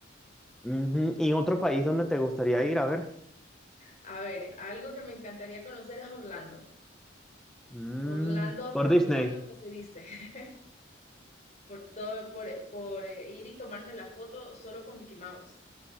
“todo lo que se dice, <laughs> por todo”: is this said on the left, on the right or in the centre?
Left